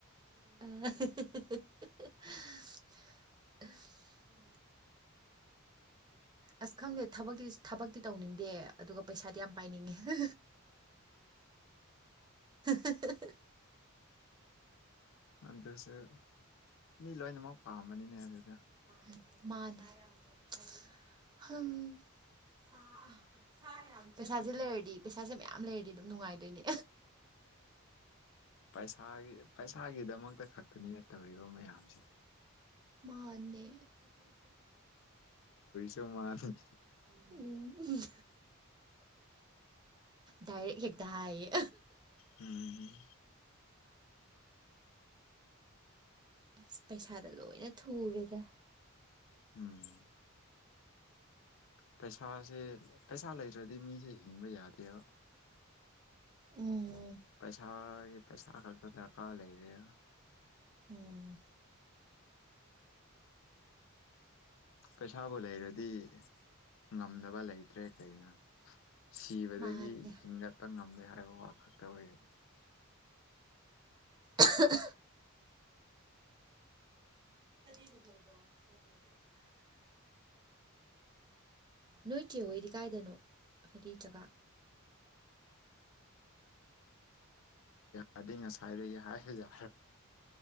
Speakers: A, on the right (about 20°); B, on the left (about 65°).
A: ꯑꯩ ꯏꯍꯤ ꯍꯤ ꯍꯤ ꯑꯁ ꯈꯪꯗꯦ ꯊꯕꯛꯇꯤ ꯊꯕꯛꯇꯤ ꯇꯧꯅꯤꯡꯗꯦ ꯑꯗꯨꯒ ꯄꯩꯁꯥꯗꯤ ꯌꯥꯝ ꯄꯥꯏꯅꯤꯡꯉꯦ ꯑꯍꯥ ꯍꯥ ꯍꯥ ꯍꯥ
B: ꯑꯗꯨꯁꯨ ꯃꯤ ꯂꯣꯏꯅꯃꯛ ꯄꯥꯝꯕꯅꯤꯅꯦ ꯑꯗꯨꯗ
A: ꯃꯥꯅꯝ
B: <unintelligible>
A: ꯄꯩꯁꯥꯁꯦ ꯂꯩꯔꯗꯤ ꯄꯩꯁꯥꯁꯦ ꯃꯌꯥꯝ ꯂꯩꯔꯗꯤ ꯑꯗꯨꯝ ꯅꯨꯡꯉꯥꯏꯗꯣꯏꯅꯦ
B: ꯄꯩꯁꯥꯒꯤ ꯄꯩꯁꯥꯒꯤꯗꯃꯛꯇ ꯈꯛꯇꯅꯤꯅ ꯇꯧꯔꯤꯕ ꯃꯌꯥꯝꯁꯦ
A: ꯃꯥꯅꯦ
B: ꯗꯧ ꯃꯥꯜꯂꯦ
A: ꯎꯝ ꯗꯥꯏꯔꯦꯛ ꯍꯦꯛꯇ ꯍꯥꯏꯌꯦ
B: ꯎꯝ
A: ꯑꯁ ꯄꯩꯁꯥꯗ ꯂꯣꯏꯅ ꯊꯨꯔꯦꯗ
B: ꯎꯝ ꯄꯩꯁꯥꯁꯦ ꯄꯩꯁꯥ ꯂꯩꯇ꯭ꯔꯗꯤ ꯃꯤꯁꯦ ꯍꯤꯡꯕ ꯌꯥꯗꯦꯕ
A: ꯎꯝ
B: ꯄꯩꯁꯥꯒꯤ ꯄꯩꯁꯥ ꯈꯛꯇ ꯗꯔꯀꯥꯔ ꯂꯩꯔꯦ
A: ꯎꯝ
B: ꯄꯩꯁꯥꯕꯨ ꯂꯩꯔꯗꯤ ꯉꯝꯗꯕ ꯂꯩꯇ꯭ꯔꯦ ꯀꯩꯅꫭ ꯁꯤꯕꯗꯒꯤ
A: ꯃꯥꯅꯦ
B: ꯍꯤꯡꯒꯠꯄ ꯉꯝꯂꯦ ꯍꯥꯏꯕ ꯋꯥ ꯈꯛꯇ ꯑꯣꯏꯔꯦ
A: ꯑꯍꯨ ꯑꯍꯨ <unintelligible> ꯅꯣꯏ ꯆꯦ ꯍꯣꯏꯗꯤ ꯀꯥꯏꯗꯅꯣ ꯍꯥꯏꯗꯤ ꯖꯒꯥ
B: ꯌꯥꯗꯤ ꯉꯁꯥꯏꯗ ꯍꯥꯏꯔ